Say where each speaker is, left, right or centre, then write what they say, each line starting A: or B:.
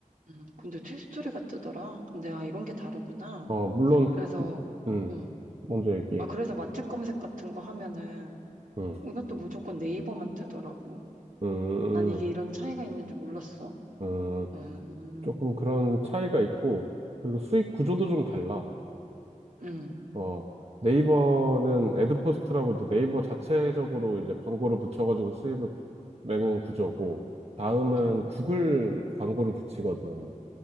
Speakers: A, on the right (about 75°); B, on the right (about 50°).
A: 음, 근데 치스토리가 뜨더라. 근데 아, 이런 게 다르구나.
B: 어 물론
A: 그래서,
B: 응
A: 응.
B: 먼저 얘기해.
A: 아, 그래서 맛집 검색 같은 거 하면은
B: 응,
A: 이것도 무조건 네이버만 뜨더라고.
B: 응,
A: 난 이게
B: 응,
A: 이런 차이가 있는지 몰랐어.
B: 응. 응.
A: 음,
B: 조금 그런 차이가 있고 그리고 수익 구조도 좀 달라.
A: 음,
B: 어, 네이버는 애드포스트라고 이제 네이버 자체적으로 이제 광고를 붙여가지고 수입을 내는 구조고, 다음은
A: 음,
B: 구글 광고를 붙이거든.